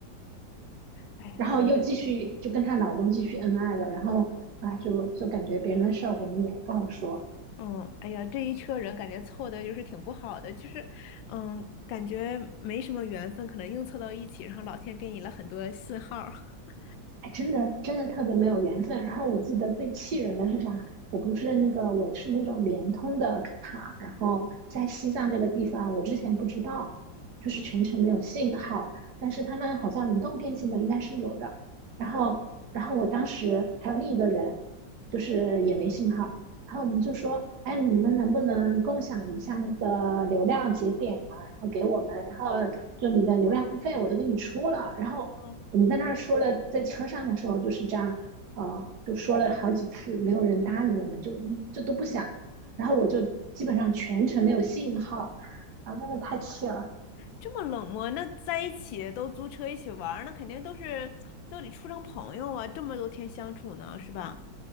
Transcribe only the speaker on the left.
哎呀，
嗯，哎呀，这一车人感觉凑的就是挺不好的，就是，嗯，感觉没什么缘分，可能硬凑到一起，然后老天给你了很多信号儿 <laughs>
嗯
嗯，
这么冷漠，那在一起都租车一起玩儿，那肯定都是都得处成朋友啊，这么多天相处呢，是吧？